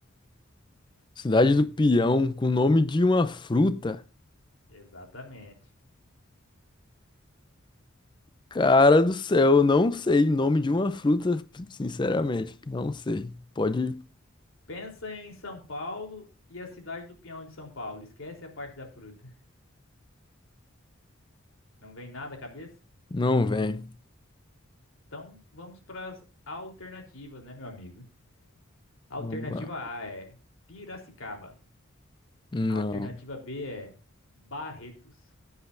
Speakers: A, on the left; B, on the left.
A: Cidade do Peão, com o nome de uma fruta.
B: Exatamente.
A: Cara do céu, eu não sei o nome de uma fruta, sinceramente, não sei. Pode,
B: Pensa em São Paulo e a cidade do Peão de São Paulo. Esquece a parte da fruta. Não vem nada à cabeça?
A: não vem.
B: Então, vamos para as alternativas, né, meu amigo? Alternativa
A: Vamos lá.
B: A é Piracicaba.
A: Não.
B: A alternativa B é Barretos.